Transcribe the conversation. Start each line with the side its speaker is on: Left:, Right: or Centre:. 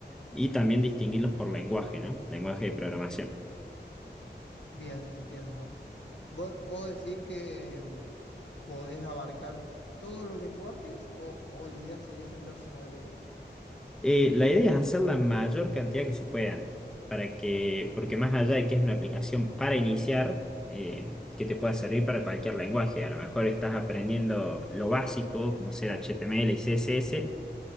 Centre: y también distinguirlos por lenguaje, ¿no? Lenguaje de programación.
Left: Bien, entiendo. ¿Vos, vos decís que mm, podés abarcar todos los lenguajes o, o la idea sería centrarse en alguno?
Centre: Eh, la idea es hacer la mayor cantidad que se puedan, para que, porque más allá de que es una aplicación para iniciar, eh, que te pueda servir para cualquier lenguaje. A lo mejor estás aprendiendo lo básico, como ser HTML y CSS,